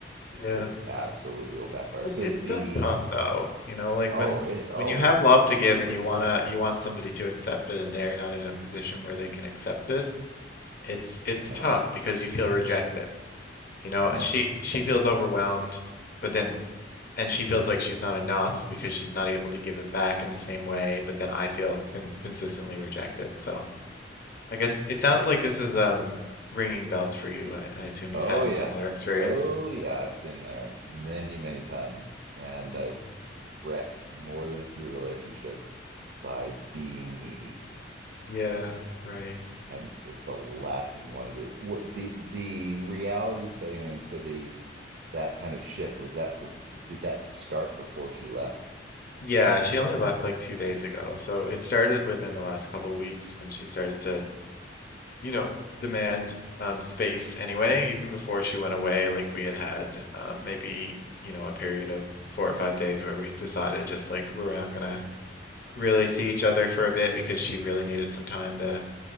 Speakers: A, on the left (about 55°); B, on the right (about 60°).
A: Yeah.
B: It absolutely will backfire.
A: It's
B: So
A: it's
B: the
A: still tough though, you know, like
B: oh,
A: when
B: it's oh,
A: when you have
B: it's
A: love
B: super
A: to give and you
B: tough.
A: wanna you want somebody to accept it and they're not in a position where they can accept it, it's it's
B: I know.
A: tough because you feel rejected. you know,
B: I
A: and
B: know.
A: she she feels overwhelmed, but then and she feels like she's not enough because she's not able to give it back in the same way, but then I feel con consistently rejected. So I guess it sounds
B: I
A: like this is um ringing bells for you. I, I assume
B: oh
A: you've had
B: yeah.
A: a similar experience.
B: Oh yeah, I've been there many, many times and
A: Mm,
B: I've wrecked more than a few relationships by being needy.
A: yeah, right.
B: And it's the last thing you want to do. What the the reality setting in, so the that kind of shift was that b- did that start before she left?
A: Yeah, she only left like two days ago. So it started within the last couple of weeks when she started to you know, demand um, space anyway. Even before she went away, like we had had um, maybe, you know, a period of four or five days where we decided just like we were not gonna really see each other for a bit because she really needed some time to,